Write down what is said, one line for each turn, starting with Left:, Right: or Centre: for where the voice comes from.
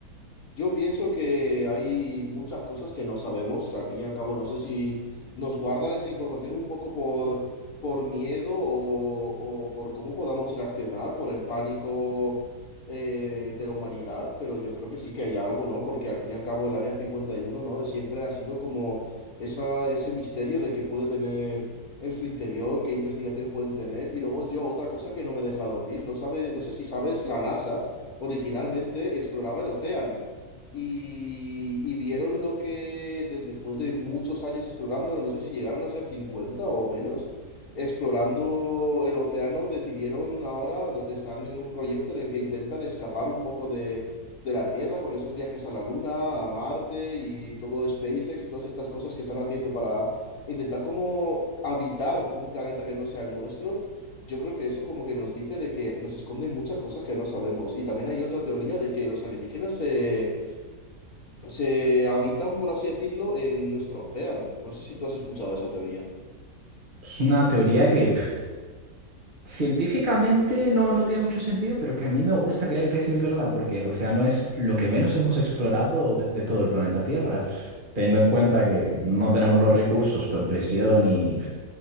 Left: Yo pienso que hay muchas cosas que no sabemos, que al fin y al cabo no sé si nos guardan esa información un poco por, por miedo o, o por cómo podamos reaccionar, por el pánico eh, de la humanidad, pero yo creo que sí que hay algo, ¿no? Porque al fin y al cabo el Área cincuenta y uno ¿no? Siempre ha sido como esa, ese misterio de qué puede tener en su interior, qué investigaciones pueden tener, y luego yo otra cosa que no me deja dormir, no sabe, no sé si sabes, la NASA originalmente exploraba el océano y, y vieron lo que de- después de muchos años explorándolo, no sé si llegaron a ser 50 o menos, explorando el océano, decidieron ahora, no- están en un proyecto en el que intentan escapar un poco de, de la Tierra con esos viajes a la Luna, a Marte y todo SpaceX y todas estas cosas que están haciendo para intentar como habitar un planeta que no sea el nuestro. Yo creo que eso como que nos dice de que nos esconden muchas cosas que no sabemos. Y también hay otra teoría de que los alienígenas se se habitan, por así decirlo, en nuestro océano. No sé si tú has escuchado esa teoría.
Right: Es una teoría que Científicamente no, no tiene mucho sentido, pero que a mí me gusta creer que sí es verdad, porque el océano es lo que menos hemos explorado de, de todo el planeta Tierra, teniendo en cuenta que no tenemos los recursos por presión y